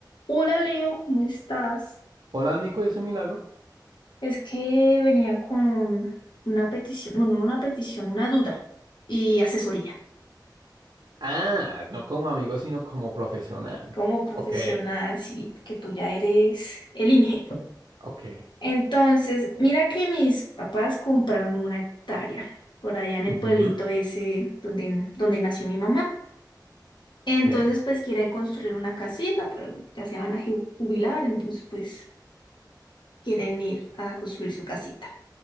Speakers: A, on the left; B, on the right.
A: Hola Leo, ¿cómo estás?
B: Hola Nico, ¿y ese milagro?
A: Es que venía con una petición, no, no no una petición, una duda y asesoría.
B: Ah, no como amigo, sino como profesional.
A: Como profesional,
B: Ok,
A: sí, que tú ya eres el INGE.
B: ok.
A: Entonces, mira que mis papás compraron una hectárea por allá en
B: ujú,
A: el pueblito ese donde, donde nació mi mamá. Entonces,
B: ok.
A: pues quieren construir una casita, pero ya se van a ju- jubilar, entonces pues quieren ir a construir su casita.